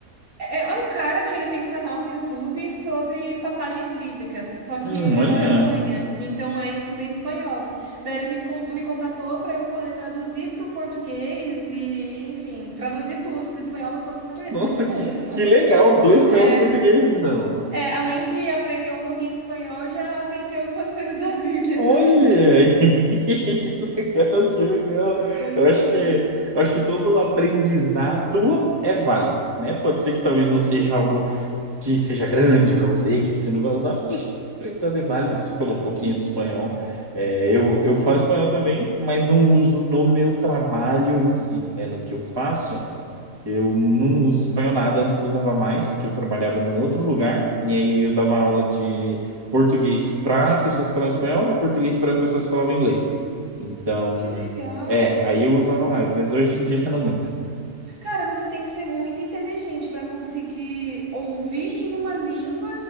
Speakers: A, on the right; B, on the right.
A: É, é é um cara que ele tem um canal no YouTube sobre passagens bíblicas, só que
B: Hum,
A: ele
B: olha,
A: é da Espanha, então é tudo em espanhol. Daí ele me, con- me contatou para eu poder traduzir para o português e, enfim, traduzir tudo do espanhol para o português.
B: nossa,
A: Falei, beleza,
B: que,
A: vamos fazer.
B: que legal, dois espanhol
A: É,
B: para português, então.
A: é, além de aprender um pouquinho de espanhol, já aprendi algumas <laughs> coisas da Bíblia
B: Olha,
A: também.
B: <laughs> que legal, que legal.
A: <laughs> Dois
B: Eu acho
A: em um.
B: que, eu acho que todo aprendizado é válido, né? Pode ser
A: Sim,
B: que talvez não seja algo que seja grande para você, que você não vai usar, mas eu acho que todo aprendizado é válido. Você falou
A: sim.
B: um pouquinho de espanhol. É, eu, eu falo espanhol também, mas não uso no meu trabalho em si, né? No que eu faço. Eu não uso espanhol nada, antes eu usava mais, que eu trabalhava num outro lugar, e aí eu dava aula de português para pessoas que falavam espanhol e português para pessoas que falavam inglês. Então,
A: Que legal.
B: é, aí eu usava mais, mas hoje em dia já não muito.
A: Cara, você tem que ser muito inteligente para conseguir ouvir em uma língua,